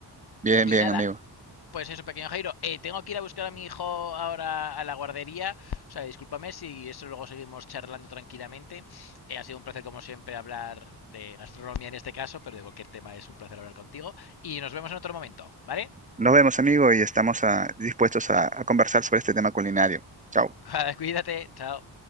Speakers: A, on the right (about 20°); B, on the left (about 65°).
A: Bien,
B: Y
A: bien,
B: nada,
A: amigo.
B: pues eso, pequeño Jairo. Eh, tengo que ir a buscar a mi hijo ahora a la guardería. O sea, discúlpame si eso luego seguimos charlando tranquilamente. Eh, ha sido un placer, como siempre, hablar de gastronomía en este caso, pero de cualquier tema es un placer hablar contigo. Y nos vemos en otro momento, ¿vale?
A: Nos vemos, amigo, y estamos ah, dispuestos a, a conversar sobre este tema culinario. Chao.
B: <laughs> Cuídate, chao.